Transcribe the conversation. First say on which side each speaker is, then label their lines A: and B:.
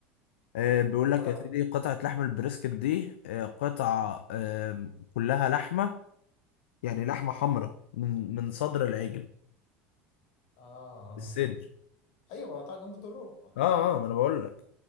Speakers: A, on the left; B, on the left.
A: آه، بيقول لك
B: ولحم
A: يا سيدي قطعة لحم البريسكت دي آه، قطعة آه، كلها لحمة يعني لحمة حمراء من من صدر العجل
B: آه آه
A: الصدر
B: أيوة ما هو طبعا جنب طوله
A: اه اه ما انا بقول لك